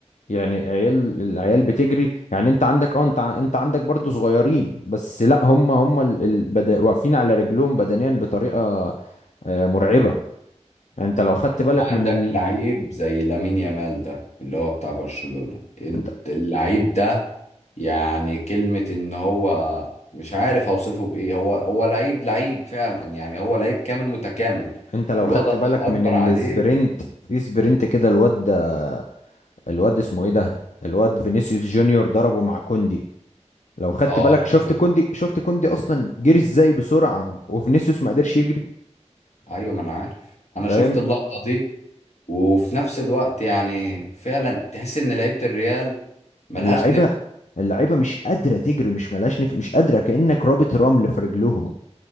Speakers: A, on the left; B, on the left.
A: يعني عيال العيال بتجري يعني انت عندك اه انت ع- انت عندك برضو صغيرين بس لا هم هم ال- ال- بدا- واقفين على رجلهم بدنيا بطريقة آه، مرعبة يعني انت لو خدت بالك من
B: عندك
A: ال...
B: لعيب زي لامين يامال ده اللي هو بتاع برشلونة انت
A: انت
B: اللعيب ده يعني كلمة ان هو مش عارف اوصفه بايه هو هو لعيب لعيب فعلا يعني هو لعيب كامل متكامل
A: انت لو
B: الواد
A: خدت
B: الله
A: بالك
B: اكبر
A: من السبرنت
B: عليه
A: في سبرنت كده الواد ده- الواد اسمه ايه ده الواد فينيسيوس جونيور ضربه مع كوندي لو خدت
B: اه
A: بالك شفت
B: فاكره
A: كوندي شفت كوندي اصلا جري ازاي بسرعه وفينيسيوس ما قدرش يجري
B: ايوه ما انا عارف انا
A: فاهم
B: شفت اللقطة دي وفي نفس الوقت يعني فعلا تحس ان لعيبة الريال ملهاش
A: اللعيبه
B: نفس
A: اللعيبه مش قادره تجري مش ملاش نفس مش قادره كانك رابط رمل في رجلهم